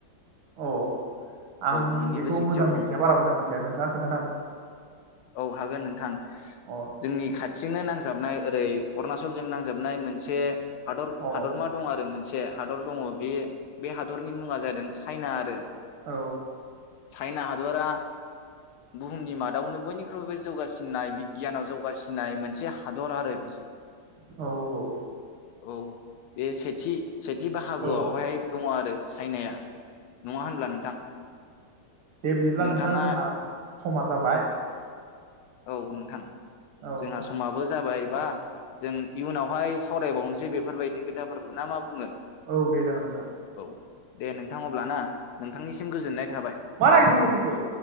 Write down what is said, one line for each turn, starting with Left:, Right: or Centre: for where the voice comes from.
Right: अ आं
Left: औ बिनिबो
Right: बेखौ
Left: सेथियाव
Right: मोजां
Left: दं
Right: मिथिया बारा मोजां मिथि या नोंथांआ
Left: औ हागोन नोंथां
Right: अ औ
Left: जोंनि खाथिजोंनो नांजाबनाय नांजाबनाय ओरै अरुणनाचलजों नांजाबनाय मोनसे हादर
Right: औ
Left: हादरमा दं आरो मोनसे हादर दङ बे बे हादरनि मुङा जादों चाइना आरो।
Right: औ
Left: साइना हादरा बुहुमनि मादावनो बयनिख्रुइबो जौगासिननाय बिगियानाव जौगासिननाय मोनसे हादर आरो बि
Right: औ
Left: औ बे सेथि सेथि बाहागोआवहाय
Right: औ
Left: दङ आरो चाइनाया नङा होनब्ला नोंथां
Right: दे बिदिब्ला
Left: नोंथाङा
Right: नोंथां जोंहा समा जाबाय
Left: औ नोंथां
Right: औ
Left: जोंहा
Right: नोंथां
Left: समाबो जाबायबा
Right: औ
Left: जों इयुनावहाय सावरायबावनोसै बेफोरबायदि खोथाफोरखौ ना मा बुङो।
Right: औ दे जागोन नोंथां
Left: औ दे नोंथां अब्लाना नोंथांनिसिम गोजोननाय थाबाय।
Right: मा नागिरफैखो बिपुल